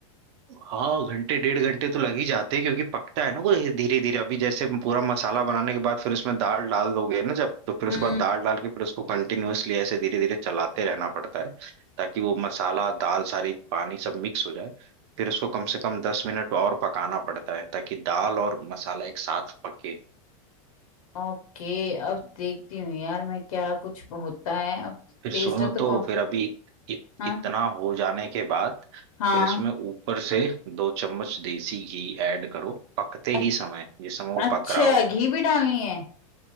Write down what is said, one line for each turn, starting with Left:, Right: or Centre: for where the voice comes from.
Right: हाँ घंटे डेढ़ घंटे तो लग ही जाते हैं क्योंकि पकता है ना वो धीरे धीरे अभी जैसे पूरा मसाला बनाने के बाद फिर उसमें दाल डाल दोगे ना जब तो फिर उसके
Left: हम्म।
Right: बाद दाल डाल के फिर उसको कंटिन्यूअसली ऐसे धीरे धीरे चलाते रहना पड़ता है ताकि वो मसाला दाल सारी पानी सब मिक्स हो जाए फिर उसको कम से कम दस मिनट और पकाना पड़ता है ताकि दाल और मसाला एक साथ पके
Left: ओके अब देखती हूँ यार मैं क्या कुछ होता है अब
Right: फिर
Left: टेस्ट
Right: सुनो
Left: तो
Right: तो
Left: को
Right: फिर अभी इत,
Left: हाँ
Right: इतना हो जाने के बाद
Left: हाँ
Right: फिर इसमें ऊपर से दो चम्मच देसी घी ऐड करो पकते
Left: अ-
Right: ही समय जिस समय वो
Left: अच्छा
Right: पक रहा हो
Left: घी भी डालनी है